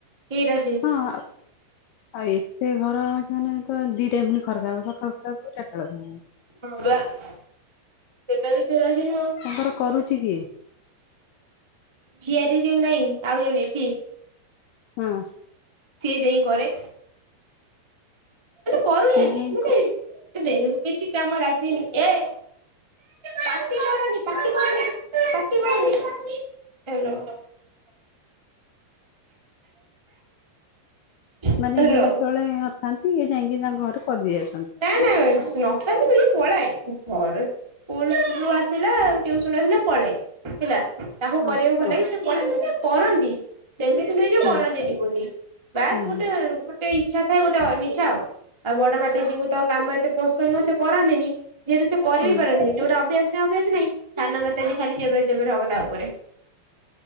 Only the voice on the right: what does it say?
କେହି ରା
ହଁ ବା ଏଇଟା ବି ସିଏ ରାଜି ନୁହଁ।
ଝିଆରୀ ଯୋଉ ନାଇଁ ଆଉ ଜଣେ ଏଠି।
ସିଏ ଯାଇଁ କରେ। କରୁନାହାନ୍ତି
ମାନେ ଏ ଦେଖେ କିଛି କାମ ରାଜି ଏ ପାଟି କରନି ପାଟି କରନି ପାଟି କରନି ହ୍ୟାଲୋ। ହଁ। ହ୍ୟାଲୋ।
ନା ନା ନ ଥାନ୍ତି ବୋଲି ପଳାଏ ଘରେ ସ୍କୁଲ ରୁ ଆସିଲେ ଟ୍ୟୁସନ୍ ରୁ ଆସିଲେ ପଳାଏ ହେଲା। ତାକୁ
କରିଆକୁ ଭଲ
ଲାଗେ ସେ ପଳାଏ ମାନେ କରନ୍ତି। ସେମିତି ନୁହେଁ ଯ
କରନ୍ତିନି ବୋଲି ବାସ୍
ଗୋଟେ
ଗୋ ଟେ ଇଛା ଥାଏ ଗୋଟେ ଅନିଚ୍ଛା ଆଉ ଆଉ ବଡ ମାତାଜୀ ଙ୍କୁ ତ କାମ ଏତେ ପସନ୍ଦ ନୁହେଁ ସିଏ କରନ୍ତିନି ଯେହେତୁ ସିଏ କରିବି
ପାରନ୍ତିନି ଯୋଉଟା ଅଭ୍ୟାସ ନାହିଁ ଅଭ୍ୟାସ ନାଇଁ। ସାନ ମାତାଜୀ ଖାଲି ଚେବେରେ ଚେବେରେ ହବ ତା ଉପରେ।